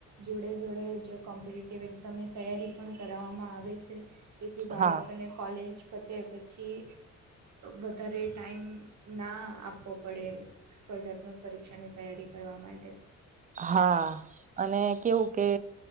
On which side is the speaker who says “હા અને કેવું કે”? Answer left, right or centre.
Right